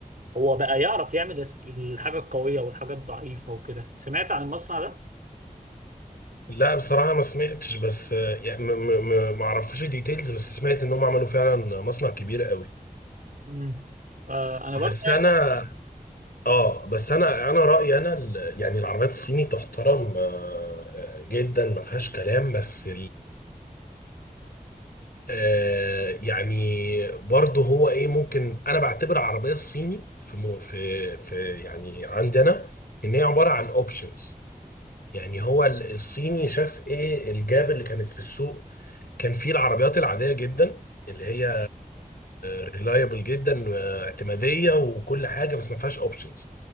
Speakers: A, on the right; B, on the left.
A: هو بقى يعرف يعمل الحاجة القوية والحاجة الضعيفة وكده سمعت عن المصنع ده؟
B: لا بصراحة ما سمعتش بس آه، يعني م- م- م- ما اعرفش ديتيلز بس سمعت ان هم عملوا فعلا مصنع كبير قوي
A: مم. آه انا برضه
B: بس انا
A: يعني
B: اه بس انا انا رأيي انا ال- يعني العربيات الصيني تحترم آه، آه، جدا ما فيهاش كلام بس آه، يعني برضه هو ايه ممكن انا بعتبر العربيه الصيني في مو في في يعني عندنا ان هي عباره عن اوبشنز يعني هو ال- الصيني شاف ايه الجاب اللي كانت في السوق كان فيه العربيات العاديه جدا اللي هي ريلايبل جدا واعتماديه وكل حاجه بس ما فيهاش اوبشنز